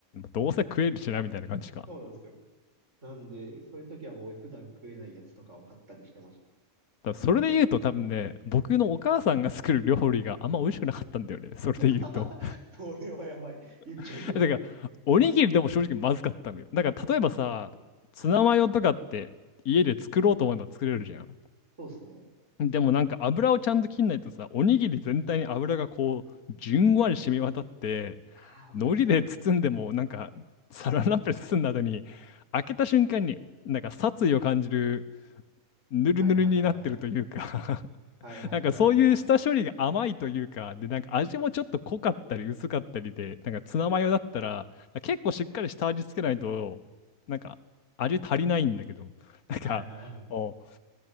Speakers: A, on the left (about 80°); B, on the right (about 55°).
A: どうせ食えるしな、みたいな感じか。だか
B: そうなんですよ。なんで、そういう時はもう普段食えないやつとかを買ったりしてました。
A: らそれで言うと、多分ね、僕のお母さんが作る料理があんま美味しくなかったんだよね、それで言うと。
B: <laughs> それはやばい。言っちゃいけない。
A: <laughs> えだから、おにぎりでも正直まずかったのよ。だから、例えばさ、
B: うんはいはい。
A: ツナマヨとかって家で作ろうと思えば作れるじゃん。
B: そうですね。
A: でもなんか油をちゃんと切んないとさ、おにぎり全体に油がこう、じゅんわり染み渡って、
B: ああ、わかるっす、
A: 海苔で包んでも、
B: わかるっす。
A: なんか、サランラップで包んだ後に、開けた瞬間に、なんか殺意を感じる、ぬるぬるになってるというか
B: はいはいはいはい。はいはいはいはい。
A: <laughs> なんかそういう下処理が甘いというか、で、なんか味もちょっと濃かったり薄かったりで、なんかツナマヨだったら、結構しっかり下味つけないと、なんか味足りないんだけど、なんか、
B: はいはい。
A: お、